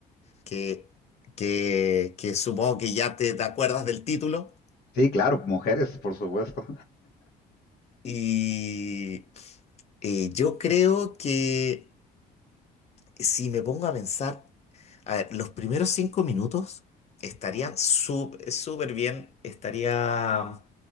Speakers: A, on the left; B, on the left.
A: que, que, que supongo que ya te, te acuerdas del título.
B: Sí, claro, mujeres, por supuesto.
A: Y eh, yo creo que si me pongo a pensar, a ver, los primeros cinco minutos estarían sup- súper bien, estaría.